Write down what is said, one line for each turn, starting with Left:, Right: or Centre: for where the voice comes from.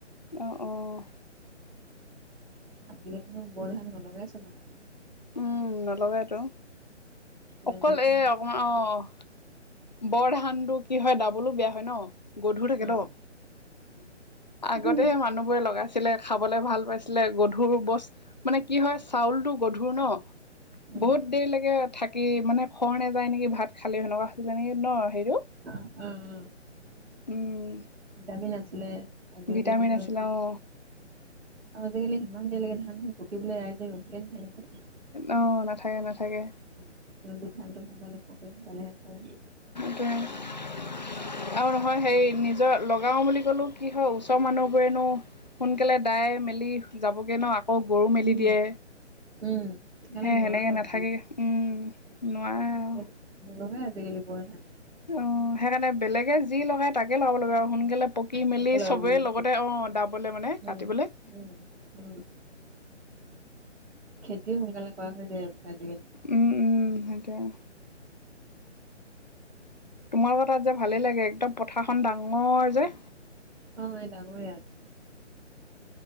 Left: অ', অ'।
Right: আজিকালি নো বৰ ধান নলগাই চব মানুহে
Left: উম, নলগাইতো, অকল
Right: ৰঞ্জিত ধানে
Left: এই অকণমান অ' বৰ ধানটো কি হয়? ডাবল বেয়া হয় ন? গধুৰ থাকে
Right: উম
Left: ন? আগতে
Right: উম
Left: হে মানুহবোৰে লগাই ছিলে, খাবলৈ ভাল পাইছিলে। গধুৰ বস্তু, মানে কি হয়, চাউলটো গধুৰ ন?
Right: উম
Left: বহুত দেৰিলৈকে থাকি, মানে খৰ নাযায় নেকি? ভাত খালেও, সেনেকুৱা হৈছিল নেকি ন, হেৰিটো?
Right: অ', উম উম,
Left: উম
Right: ডাবি নাছিলে। আজিকালিতোতো
Left: ভিটামিন আছিলে অ
Right: আজিকালি সিমান দেৰি লাগে ধান চোন পকিবলৈ, ৰাইজে ৰখিয়েই থাকে দেখোন।
Left: অ', নাথাকে, নাথাকে।
Right: <unintelligible> কয়
Left: টোৱেই। আৰু নহয়, হেৰি, নিজৰ লগাওঁ বুলি ক'লোঁ কি হয়, ওচৰৰ মানুহবোৰেনো সোনকালে দাই-মেলি যাবগে ন'? অ', গৰু মেলি
Right: উম,
Left: দিয়ে
Right: উম। সেইকাৰণে
Left: সেই
Right: নোৱাৰোঁ
Left: সেনেকে নাথাকে
Right: <unintelligible>
Left: উম নোৱাৰে আৰু
Right: নলগাই আজিকালি বৰ ধান
Left: অ', সেইকাৰণে বেলেগে যি লগায় তাকে লগাব লাগিব আৰু সোনকালে পকি মেলি
Right: তাকে লগাব
Left: চবেই
Right: লাগিব
Left: লগতে, অ', দাবলৈ মানে
Right: উম,
Left: কাটিবলৈ
Right: উম উম, খেতিও সোনকালে কৰা হৈ যায় আজিকালি।
Left: উম, উম, সেইটোৱেই। তোমালোকৰ তাত যে ভালেই লাগে, একদম পথাৰখন ডাঙৰ যে
Right: অ', ইয়াত ডাঙৰে আৰু